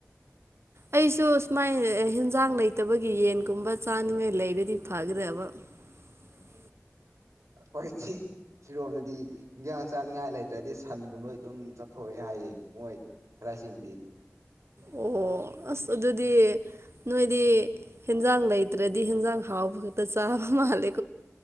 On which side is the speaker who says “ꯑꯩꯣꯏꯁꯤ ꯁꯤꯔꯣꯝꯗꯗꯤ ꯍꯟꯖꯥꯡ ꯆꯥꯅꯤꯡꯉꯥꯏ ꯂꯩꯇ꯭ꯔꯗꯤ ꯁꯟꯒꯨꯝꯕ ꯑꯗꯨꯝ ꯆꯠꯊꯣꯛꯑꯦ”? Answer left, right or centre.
Right